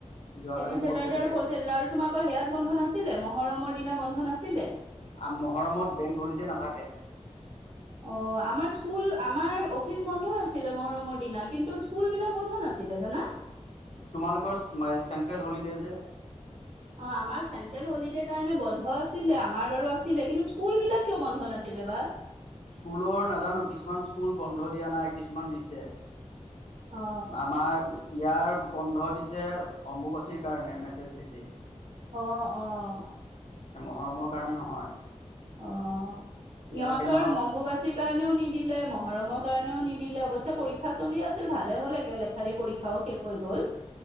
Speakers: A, on the left; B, on the right.
A: যোৱাকালি
B: ছেকেণ্ড চেটাৰ্ডে
A: ছেটাৰডে
B: আৰু ফ'ৰ্থ
A: আছে
B: চেটাৰ্ডে। আৰু তোমালোকৰ সেয়াত বন্ধ নাছিলে মহৰমৰ দিনা বন্ধ নাছিলে?
A: আ মহৰমত বেংক হলি দে নাথাকে।
B: অ আমাৰ স্কুল আমাৰ অফিচ বন্ধ আছিলে মহৰমৰ দিনা কিন্তু স্কুল বিলাক বন্ধ না ছিলে জানা।
A: তোমালোকৰ চেন্ট্ৰেল হলিদে যে
B: অঁ আমাৰ চেন্ট্ৰেল হলিডে কাৰণে বন্ধ বন্ধ আছিলে। আমাৰ বাৰু আছিলে কিন্তু স্কুল বিলাক কিয় বন্ধ নাছিলে বা?
A: স্কুলৰ নাজানো কিছুমান স্কুল বন্ধ দিয়া নাই কিছুমান দিছে।
B: অ
A: আমাৰ ইয়াৰ বন্ধ দিছে অম্বুবাচীৰ কাৰণে মেছেজ দিছিল।
B: অঁ অঁহ
A: মহৰম কাৰণে নহয়।
B: অঁ
A: ইয়াৰ
B: ইহঁতৰ
A: সেইদিনাখন
B: অম্বুবাচীৰ কাৰণেও নিদিলে মহৰমক কাৰণেও নিদিলে। অৱশ্যে পৰীক্ষা চলি আছিল ভালে হ'ল একে লেঠাৰিয়ে পৰীক্ষাও শেষ হৈ গ'ল।